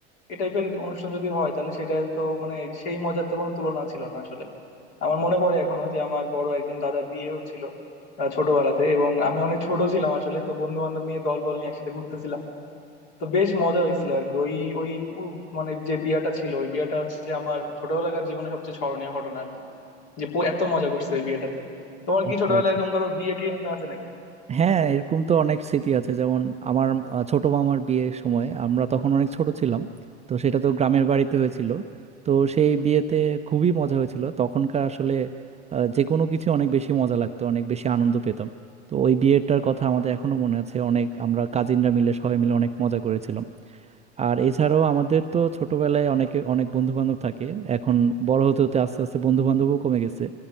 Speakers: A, on the left; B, on the right.
A: এই টাইপের অনুষ্ঠান যদি হয় তাহলে সেটা তো মানে সেই মজার তো কোনো তুলনা ছিল না আসলে আমার মনে পড়ে এখনো যে আমার বড় একজন দাদার বিয়ে হচ্ছিল আহ, ছোটবেলাতে এবং আমি অনেক ছোট ছিলাম আসলে তো বন্ধু বান্ধব নিয়ে দল বল নিয়ে একসাথে ঘুরতেছিলাম তো বেশ মজা হয়েছিল আর কি ওই ওই উ- মানে যে বিয়াটা ছিল ওই বিয়াটা হচ্ছে আমার ছোটবেলাকার জীবনে সবচেয়ে স্মরণীয় ঘটনা আর কি যে পু- এত মজা করছে ওই বিয়েটাতে তোমার কি
B: আচ্ছা
A: ছোটবেলায়
B: আচ্ছা
A: এরকম কারো বিয়ে টিয়ে মনে আছে নাকি
B: হ্যাঁ এরকম তো অনেক স্মৃতি আছে যেমন আমার আহ, ছোট মামার বিয়ের সময় আমরা তখন অনেক ছোট ছিলাম তো সেটা তো গ্রামের বাড়িতে হয়েছিল তো সেই বিয়েতে খুবই মজা হয়েছিল তখনকার আসলে আহ, যে কোনো কিছু অনেক বেশি মজা লাগতো অনেক বেশি আনন্দ পেতাম তো ওই বিয়েটার কথা আমাদের এখনো মনে আছে অনেক আমরা কাজিনরা মিলে সবাই মিলে অনেক মজা করেছিলাম আর এছাড়াও আমাদের তো ছোটবেলায় অনেকে অনেক বন্ধু বান্ধব থাকে এখন বড় হতে হতে আস্তে আস্তে বন্ধু বান্ধবও কমে গেছে